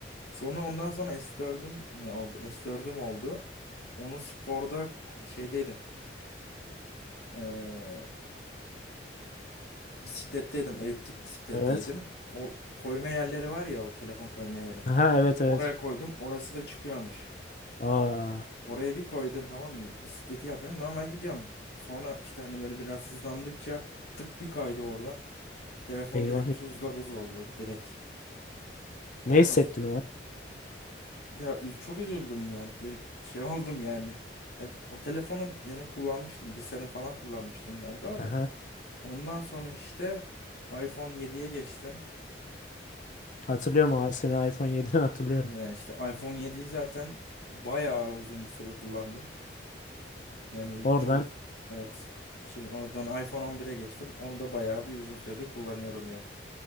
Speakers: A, on the left; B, on the left.
A: Sonra ondan sonra S4'üm mi oldu? S4'üm oldu. Onu sporda şeydeydim. eee, bisikletteydim. Eliptik bisikletteydim.
B: Evet.
A: O koyma yerleri var ya o telefon koyma yeri.
B: Aha evet evet.
A: Oraya koydum. Orası da çıkıyormuş.
B: Aa
A: Oraya bir koydum tamam mı? Bisikleti yapıyorum. Normal gidiyorum. Sonra işte hani böyle biraz hızlandıkça tık bir kaydı oradan. Telefon
B: eyvah.
A: direkt tuzla buz oldu direkt. Ondan
B: Ne hissettin
A: sonra
B: o an?
A: Ya üz- çok üzüldüm ya. Direkt şey <laughs> oldum yani. Ya o telefonu yine kullanmıştım. Bir sene falan kullanmıştım galiba da.
B: Aha.
A: Ondan sonra işte iPhone 7'ye geçtim.
B: Hatırlıyorum o an. Seni iPhone 7'ni hatırlıyorum.
A: Ee, işte iPhone 7'yi zaten bayağı uzun bir süre kullandım. Yani
B: Oradan
A: çok evet. Şimdi oradan iPhone 11'e geçtim. Onu da bayağı bir uzun süredir kullanıyorum ya.